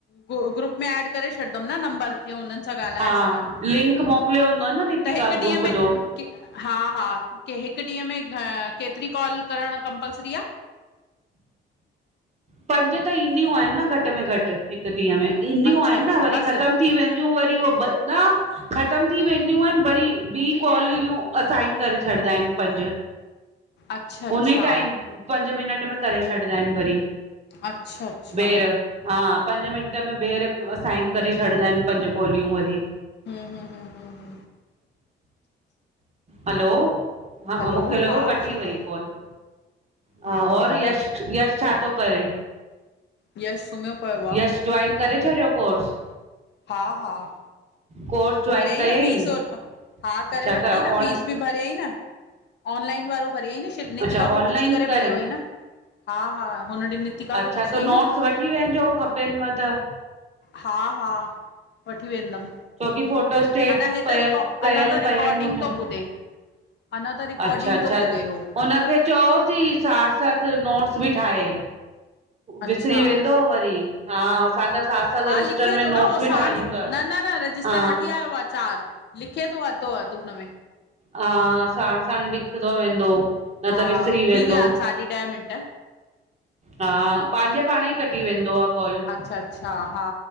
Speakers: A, on the left (about 60°); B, on the right (about 35°).
A: पो ग ग्रुप में एड करे छॾंदुमि नंबर। जीअं हुनननि सां ॻाल्हाए
B: हा
A: सघां,
B: लिंक मोकिलियो हूंदो न नितिका
A: त हिकु
B: ग्रुप
A: ॾींहं में
B: जो
A: क हा हा के हिकु ॾींहं में केतिरी कॉल करणु कंपलसरी आहे?
B: पंज त ईंदियूं आहिनि न घटि में घटि हिक ॾींहं में ईंदियूं
A: अच्छा
B: आहिनि
A: अच्छा
B: न वरी
A: बसि
B: ख़तमु थी वेदिंयू वरी हो न खतम थी वेदिंयू आहेन वरी ॿी कोलयू असाइन करे छॾंदा आहिनि पंज,
A: अच्छा अच्छा
B: उन्हीं टाइम। <inaudible> पंज मिनट में करे छॾींदा आहिनि वरी।
A: अच्छा अच्छा
B: ॿेर हा पंज मिंट में ॿेहरि असाइन करे छॾींदा आहिनि पंज कोलियूं वरी।
A: ह ह ह ह ह
B: हलो हा,
A: हैलो
B: मूंखे लॻो
A: हा
B: कटी
A: शिल्पा
B: वई कॉल। हा
A: ॿियो
B: और
A: ॿुधाए
B: यश-यश छा थो करेे?
A: यश सुम्हियो पियो आहे
B: यश जोइन करे छॾियो कोर्स?
A: हा, हा
B: कोर्स जॉइन
A: भरिय
B: कयईं
A: ई न फीस हा, करे
B: अच्छा
A: वरतई
B: क
A: न
B: ऑन
A: फीस बि। भरियईं न ऑनलाइन वारो भरियईं न शनितिका
B: अच्छा
A: खां
B: ऑनलाइन
A: पुछी करे
B: करें
A: भरियो हुअईं न। हा हा हुन ॾींहु नितिका
B: अच्छा
A: खां पुछयाई
B: त नोट्स
A: न।
B: वठी वञिजो खपेनव त
A: हा हा वठी वेंदमि
B: छोकी फोटोस्टेट
A: अञा हे त
B: पयल
A: रिकॉ
B: कयल
A: अञा त
B: पिया
A: रिकॉर्डिंग
B: आहिनि मुंहिंजा।
A: थो ॿुधे अञा त रिकॉर्डिंग
B: अच्छा-अच्छा
A: थो ॿुधे हो
B: हुनखे चयोसी साठ सथ नोट्स बि ठाहे।
A: अच्छा
B: विसरी वेंदो वरी। हा असां त साथ साथ
A: हा
B: रजिस्टर
A: लिखे
B: में
A: थो
B: नोट्स
A: न उहो
B: बि
A: साण,
B: ठाहियूं था
A: न न न रजिस्टर
B: हा
A: वठी आयो आहे चार। लिखे थो हथो हथो हथ हुन मेंें।
B: ह साण साण लिंखंदो वेंदो न
A: हा
B: त विसरी
A: थी
B: वेंदो।
A: विया आहिनि साढी ॾह मिंट
B: हा पंहिंजे पाण ई कॾी वेंदो आहे। कॉल
A: अच्छा अच्छा हा